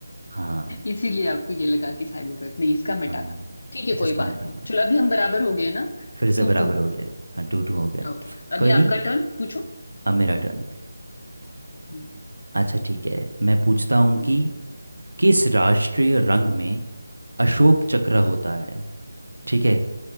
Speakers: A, on the right (about 85°); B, on the left (about 50°).
A: हाँ
B: इसीलिए आपको ये लगा कि साइबर वेब नहीं इसका मिटा
A: हाँ
B: था ठीक है
A: अच्छा
B: कोई
A: इसका
B: बात
A: मेटा
B: नहीं
A: था
B: चलो अभी हम बराबर हो गए ना
A: फिर से
B: Two
A: बराबर
B: two
A: हो गए हाँ टू टू हो गए
B: ओके
A: कोई
B: अभी
A: नहीं
B: आपका टर्न पूछो
A: अब मेरा टर्न
B: हम्म,
A: अच्छा ठीक है मैं पूछता हूँ
B: हम्म,
A: कि किस राष्ट्रीय रंग में अशोक चक्र होता है ठीक है